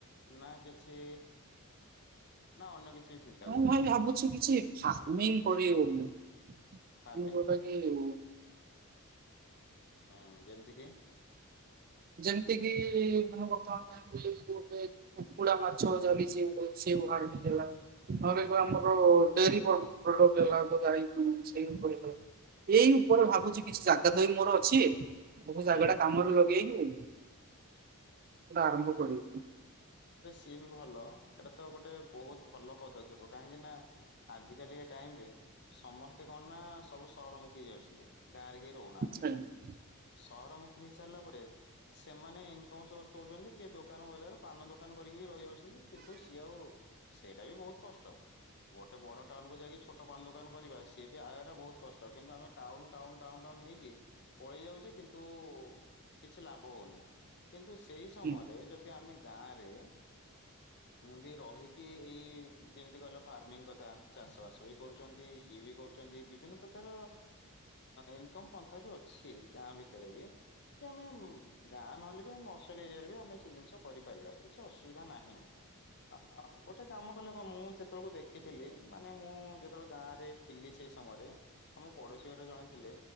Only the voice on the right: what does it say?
ହଁ
ଭାଇ ଭାବୁଛି କିଛି ଫାର୍ମିଙ୍ଗ କରି ହଉନି। କି
ଯୋଉଟାକି ଉଁ,
ଯେମିତି କିି ମୁଁ ବର୍ତ୍ତମାନ ଭାବିଲି କି ଗୋଟେ କୁକୁଡା ମାଛ ଚାଲିଛି ଗୋଟେ ସିଏ ଫାର୍ମିଙ୍ଗ ହେଲା। ନହେଲେ କି
ଆମର ଡେରି <unintelligible> <unintelligible> ଟେ ହେଲା <unintelligible> ଗାଈ ଗୋରୁ ଛେଳି ଉପରେ ହେଲା। ଏଇ ଉପରେ ଭାବୁଚି କିଛି ଜାଗା ତ ଏ ମୋର ଅଛି ତବୁ ଜାଗାଟା
କାମରେ ଲ ଗେଇକି ଏଟା ଆରମ୍ଭ କରିକି
ହୁଁ
ହୁଁ